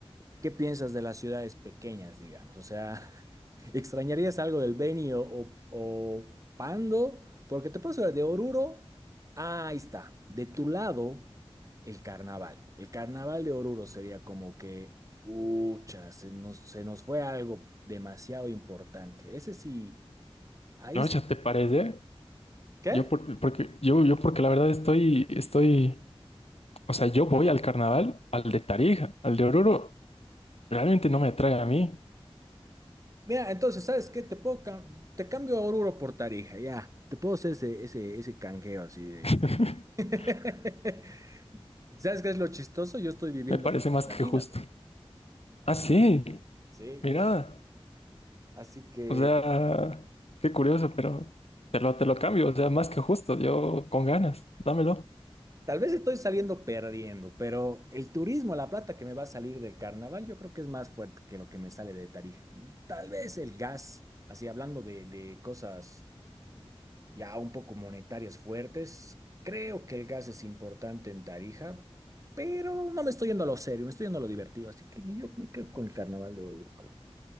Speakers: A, on the right; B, on the left.
A: qué piensas de las ciudades pequeñas, digamos? O sea, <laughs> ¿extrañarías algo del Beni o, o- o Pando? Porque te puedo hablar de Oruro. Ah, ahí está. De tu lado, el carnaval. El carnaval de Oruro sería como que, ucha, se nos, se nos fue algo demasiado importante. Ese sí, ahí
B: No,
A: sí.
B: ya te parece.
A: ¿Qué?
B: Yo por- porque yo, yo porque la verdad estoy, estoy, o sea, yo voy al carnaval, al de Tarija, al de Oruro, realmente no me atrae a mí.
A: Mira, entonces, ¿sabes qué? Te puedo cam- te cambio a Oruro por Tarija, ya. Te puedo hacer ese, ese, ese canjeo así de...
B: <laughs>
A: <laughs> ¿Sabes qué es lo chistoso? Yo estoy viviendo
B: Me parece
A: ahorita
B: más
A: en Tarija.
B: que justo. Ah, sí,
A: Sí,
B: mira.
A: yo estoy- Así que
B: O sea, qué curioso, pero te lo, te lo cambio, o sea, más que justo, yo con ganas, dámelo.
A: tal vez estoy saliendo perdiendo, pero el turismo, la plata que me va a salir del carnaval, yo creo que es más fuerte que lo que me sale de Tarija. Tal vez el gas, así hablando de, de cosas ya un poco monetarias fuertes, creo que el gas es importante en Tarija, pero no me estoy yendo a lo serio, me estoy yendo a lo divertido, así que yo me quedo con el carnaval de Oruro. creo.